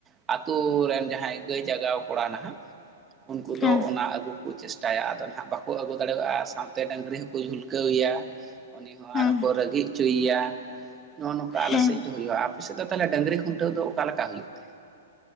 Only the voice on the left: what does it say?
ᱦᱮᱸ
ᱦᱮᱸ
ᱦᱮᱸ